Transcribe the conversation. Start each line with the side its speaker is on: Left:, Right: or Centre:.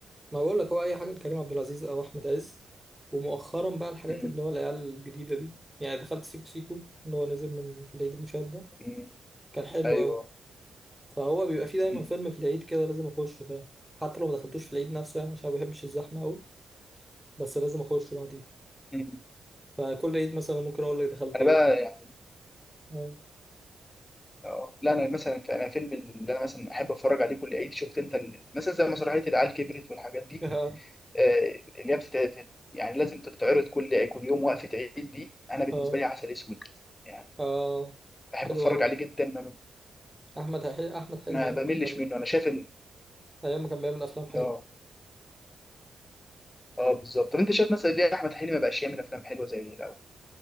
Centre: ما بقول لك هو أي حاجة لكريم عبد العزيز أو أحمد عز ومؤخرا بقى الحاجات
Left: امم
Centre: اللي هو العيال الجديدة دي يعني دخلت سيكو سيكو اللي هو نزل من في العيد اللي فات ده
Left: امم
Centre: كان حلو
Left: ايوه
Centre: أوي فهو بيبقى فيه دايما
Left: امم
Centre: فيلم في العيد كده لازم اخشه فاهم حتى لو ما دخلتوش في العيد نفسه يعني عشان ما بحبش الزحمه قوي بس لازم اخشه بعديه
Left: امم
Centre: فكل عيد مثلا ممكن اقول لك دخلت
Left: انا
Centre: ايه
Left: بقى يعني
Centre: اه
Left: اه لا انا مثلا انا فيلم اللي انا مثلا احب اتفرج عليه كل عيد شفت انت ال- مثلا زي مسرحيه العيال كبرت والحاجات دي
Centre: اه
Left: آه، اللي هي بتتعرض يعني لازم تتعرض كل كل يوم وقفه عيد دي انا بالنسبه
Centre: اه
Left: لي عسل اسود يعني
Centre: آه.
Left: بحب
Centre: حلو
Left: اتفرج
Centre: قوي
Left: عليه جدا ما,
Centre: احمد احمد حلمي
Left: ما
Centre: ايام
Left: بملش
Centre: ما كان
Left: منه انا شايف ان
Centre: ايام ما كان بيعمل افلام حلوه
Left: اه اه بالظبط طب انت شايف مثلا ليه احمد حلمي ما بقاش يعمل افلام حلوه زي اللي الاول